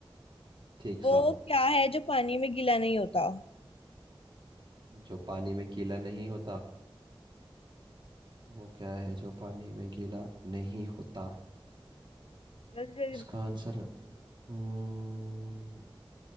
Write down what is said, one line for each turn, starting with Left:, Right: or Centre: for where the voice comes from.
Right: ठीक
Left: वो
Right: सा
Left: क्या है जो पानी में गीला नहीं होता
Right: जो पानी में गीला नहीं होता वो क्या है जो पानी में गीला नहीं होता
Left: जल्दी जल्दी
Right: इसका
Left: बता।
Right: आंसर हम्म